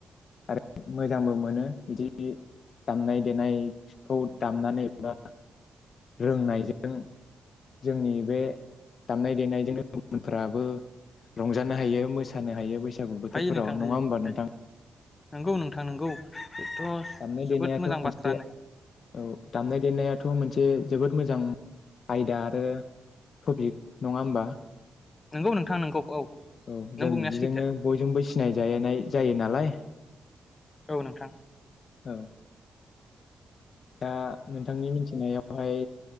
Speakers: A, on the left; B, on the left.
A: आरो मोजांबो मोनो बिदि दामनाय देनायखौ दामनानै एबा रोंनायजों जोंनि बे दामनाय देनायजोंनो गुबुनफोराबो रंजानो हायो मोसानो हायो बैस बैसागु बोथोरफोराव
B: हायो नोंथां
A: नङा
B: हायो
A: होमबा नोंथाङा?
B: हायो नंगौ नोंथां नंगौ बेथ'
A: दामनाय
B: जोबोद
A: देनायाथ'
B: मोजां
A: मोनसे
B: बाथ्रा
A: औ दामनाय देनायाथ' मोनसे जोबोद मोजां आयदा आरो टपिक नङा होमबा
B: नोंगौ नोंथां नोंगौ औ
A: औ
B: नों
A: जों
B: बुंनाया
A: बिदिजोंनो
B: सैथो
A: बयजोंबो सि सिनाय जायनाय जायो नालाय।
B: औ नोंथां
A: औ दा नोंथांनि मिथिनायावहाय